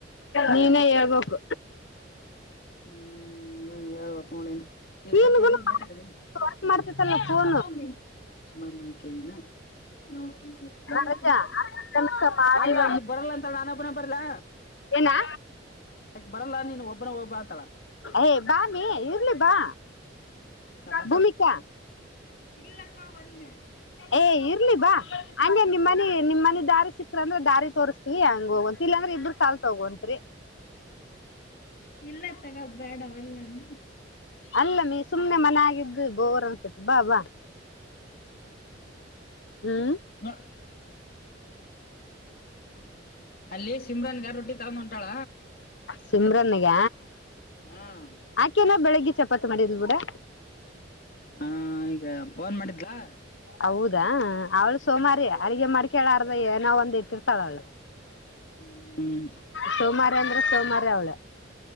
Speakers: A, on the left (about 70°); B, on the left (about 50°).
A: ನೀನೇ ಹೇಳ್ಬೇಕು.
B: ಹ್ಮ್, ಏನ್ ಹೇಳ್ಬೇಕು ನಳನು ಈಗ್
A: ನೀನ್ಗುನು
B: ಬರ್ತೀನಿ ಲೇಟ್ ಹಾಕತೇನ.
A: ವರ್ಕ್ ಮಾಡ್ತತಲ್ಲ <unintelligible>
B: ಸ್ವಾಮಿ ನಮಕನಾ <inaudible> <unintelligible> <unintelligible>
A: ರಜಾ ತನಕ ಮಾಡಿವ
B: ಯ ಆಕಿ ಬರಲ್ಲ ಅಂತ ನಾನಪನ ಬರ್ಲ್ಲಾ
A: ಏನಾ
B: ಅಕಿ ಬರಲ್ಲ ನೀನು ಒಬ್ಬನೇಹೋಗಿಬಾ ಅಂತಾಳ.
A: ಏಯ್ ಬಾಮಿ ಇರ್ಲಿ ಬಾ
B: ಂತ ಮಾತ
A: ಭೂಮಿಕಾ
B: ಅವ್ರ ಇಲ್ಲಕ್ಕ ಒಂದೆ <unintelligible>
A: ಏಯ್ಇರ್ಲಿ ಬಾ ಹಂಗೆ ನಿಮ್ಮ್ ಮನ ನಿಮ್ಮ್ ಮನಿ ದಾರಿ ಸಿಕ್ತ್ ಅಂದ್ರೆ ದಾರಿ ತೋರಿಸ್ತ ಈ ಹಂಗ ಹೋಗಂತ ಇಲ್ಲಾಂದ್ರೆ ಇಬರು ಕಾಲ್ತ್ ತೋಗೋಂತ್ರಿ.
B: ಇಲ್ಲ ತಗ ಬೇಡ ಅಲ್ಲ <unintelligible>
A: ಅಲ್ಲ ಮೀ ಸುಮ್ನೆ ಮನಾಗಿದ್ದು ಬೋರ್ ಅನ್ಸುತ್ತ ಬಾ, ಬಾ. ಹ್ಮ್,
B: ನ ಅಲ್ಲ <unintelligible> ಸಿಮರಾನ್ಗಾರೊಟ್ಟಿ ತಗಂದೊಂಟಾಳ.
A: ಸಿಮ್ರನ್ಗ
B: ಹ್ಮ್
A: ಆಕಿ ನ ಬೆಳಗ್ ಚಪಾತ್ ಮಾಡಿದ್ಲ ಬಿಡಾ
B: ಹಾ ಈಗ್ ಫೋನ್ ಮಾಡಿದ್ಲಾ
A: ಹೌದಾ ಅವ್ಳು
B: ಹ್ಮ್
A: ಸೋಮಾರಿ
B: ಅಲ್ಲಿ
A: ಅಡಗೆ ಮಾಡ್ಕೇಳಾರ್ದ ಏನೋ ಒಂದ್ ಇಟ್ಟಿರ್ತಾಳ ಅವ್ಳು.
B: ಹ್ಮ್
A: ಸೋಮಾರ ಅಂದ್ರೆ ಸೋಮವಾರ ಅವಳು